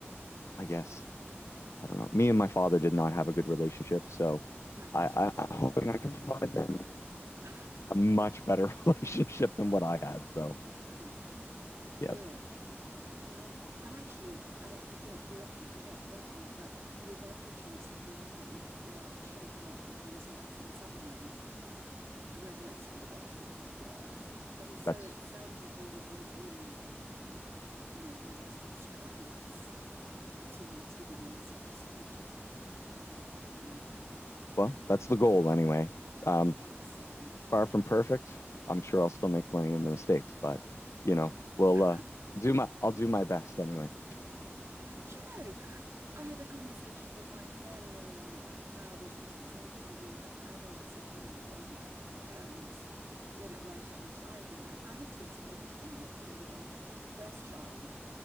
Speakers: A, on the left; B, on the right.
A: I guess, I don't know. Me and my father did not have a good relationship, so
B: right.
A: I, I, I'm hoping I can provide them
B: <laughs>
A: a much better <laughs> relationship than what I had. So
B: good,
A: yes,
B: good. Um, and actually, I, I think we often forget, don't we? But with every choice that we make, we are shaping our children's lives in some ways, whether it's for the better or for the worse. And so
A: that's
B: it sounds as though you've made really you know, fantastic strides towards giving them such a supported um, upbringing.
A: well, that's the
B: Um,
A: goal anyway. Um,
B: excellent.
A: far from perfect. I'm sure I'll still make plenty of mistakes, but you know,
B: <laughs>
A: we'll
B: Do
A: uh, do my I'll do my best anyway.
B: you know, I had a conversation with mine fairly early on about how there's this mistaken idea that adults are kind of godlike and parents get it right every time. And I, I had to explain to them that, you know, with our first child,